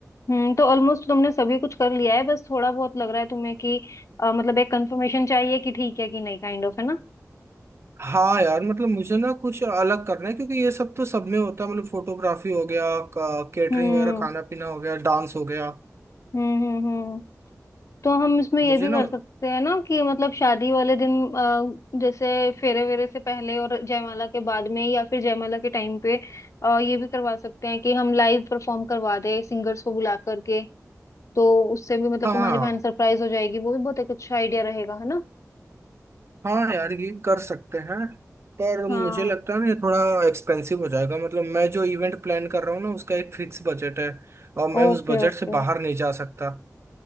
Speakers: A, on the left (about 60°); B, on the right (about 45°).
A: हम्म तो ऑलमोस्ट तुमने सभी कुछ कर लिया है बस थोड़ा बहुत लग रहा है तुम्हें कि अ, मतलब एक कंफर्मेशन चाहिए कि ठीक है कि नहीं काइंड ऑफ है ना
B: हाँ यार मतलब मुझे ना कुछ अलग करना है क्योंकि ये सब तो सब में होता है मतलब फोटोग्राफी हो गया केटरिंग
A: हम्म
B: वगैरह खाना पीना हो गया डांस हो गया
A: हम्म हम्म हम्म तो हम इसमें ये
B: मुझे
A: भी
B: ना
A: कर सकते हैं ना कि मतलब शादी वाले दिन अ, जैसे फेरे वेरे से पहले और जयमाला के बाद में या फिर जयमाला के टाइम पे अ, ये भी करवा सकते हैं कि हम लाइव परफॉर्म करवा दें सिंगर्स को बुला करके तो उससे भी मतलब
B: हाँ
A: तुम्हारी बहन सरप्राइज हो जाएगी वो भी बहुत एक अच्छा आइडिया रहेगा है ना
B: हाँ यार ये कर सकते हैं पर
A: हाँ
B: मुझे
A: हाँ
B: लगता है ना ये थोड़ा एक्सपेंसिव हो जाएगा मतलब मैं जो इवेंट प्लान कर रहा हूँ ना उसका एक फिक्स बजट है और मैं
A: Okay
B: उस बजट
A: okay
B: से बाहर नहीं जा सकता